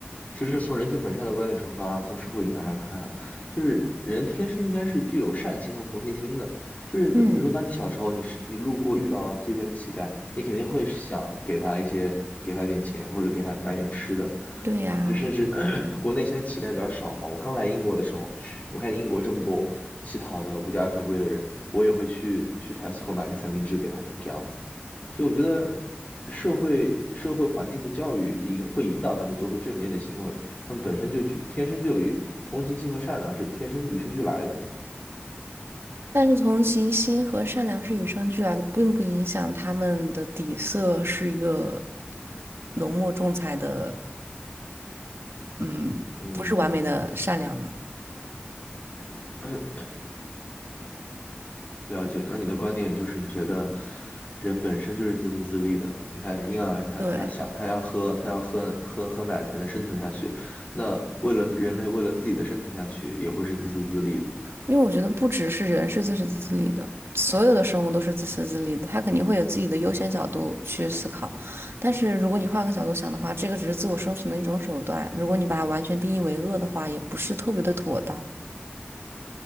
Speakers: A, on the left; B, on the right.
A: 其实从人性本善的观点出发，从社会影响上看，就是人天生应该是具有善心和同情心的。就是比如说，
B: 嗯，
A: 当你小时候，你是你路过遇到街边的乞丐，你肯定会想给他一些，给他点钱或者给他买点吃的。
B: 对呀、
A: 就甚至 <clears throat> 国内现在乞丐比较少嘛。我刚来英国的时候，我看见英国这么多乞讨的、无家可归的人，我也会去去 Tesco 买个三明治给他们这样子。所以我觉得社会社会环境和教育引会引导他们做出正面的行为，他们本身就具天生就有同情心和善良是天生与生俱来的。
B: 但是同情心和善良是与生俱来的，并不影响他们的底色是一个浓墨重彩的，嗯，
A: 嗯，
B: 不是完美的善良呢。
A: <clears throat> 了解，那你的观点就是你觉得人本身就是自私自利的。你看婴儿他他想他要喝他要喝喝喝奶才能生存下去，
B: 对，
A: 那为了人类为了自己的生存下去也会是自私自利的。
B: 因为我觉得不只是人是自私自利的，所有的生物都是自私自利的，它肯定会有自己的优先角度去思考。但是如果你换个角度想的话，这个只是自我生存的一种手段，如果你把它完全定义为恶的话，也不是特别的妥当。